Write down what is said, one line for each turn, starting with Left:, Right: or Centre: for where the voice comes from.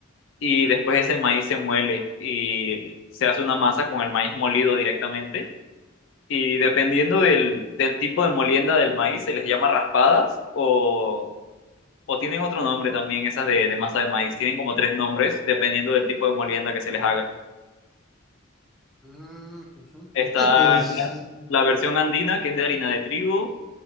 Left: y después ese maíz se muele y se hace una masa con el maíz molido directamente. Y dependiendo del, del tipo de molienda del maíz, se les llama raspadas o, o tienen otro nombre también, esas de, de masa de maíz. Tienen como tres nombres dependiendo del tipo de molienda que se les haga.
Centre: Mm, ujú.
Left: Está
Centre: Oye, pues,
Left: la, la versión andina, que es de harina de trigo,